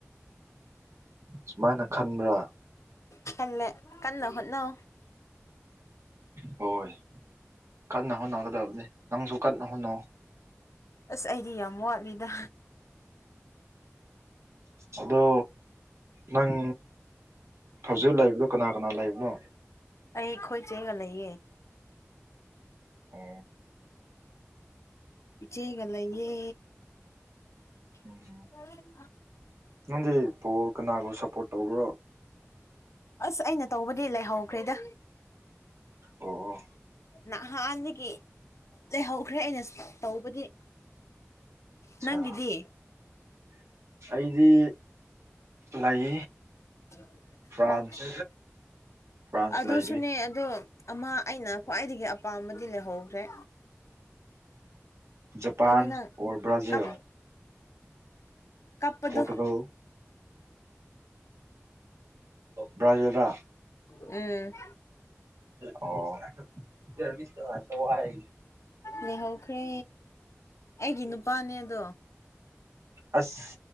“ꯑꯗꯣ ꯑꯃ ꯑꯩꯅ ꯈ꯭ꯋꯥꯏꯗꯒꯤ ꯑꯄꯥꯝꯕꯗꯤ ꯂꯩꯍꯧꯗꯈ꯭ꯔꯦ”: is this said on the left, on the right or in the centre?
Left